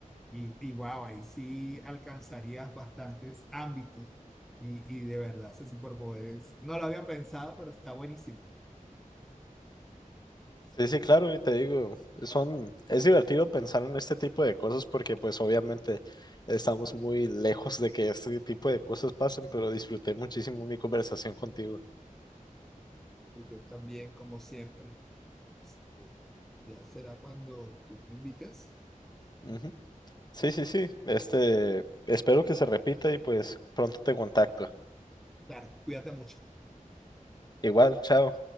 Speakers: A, in the centre; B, on the left.
A: Y, y wow, ahí sí alcanzarías bastantes ámbitos. Y, y de verdad, ese superpoder es, no lo había pensado, pero está buenísimo.
B: Sí, sí, claro, y te digo, son, es divertido pensar en este tipo de cosas porque pues obviamente estamos muy lejos de que este tipo de cosas pasen, pero disfruté muchísimo mi conversación contigo.
A: Yo también, como siempre. pues, Ya será cuando tú me invites.
B: Ujú. Sí, sí, sí, este, espero que se repita y pues pronto te contacto.
A: Claro, cuídate mucho.
B: Igual, chao.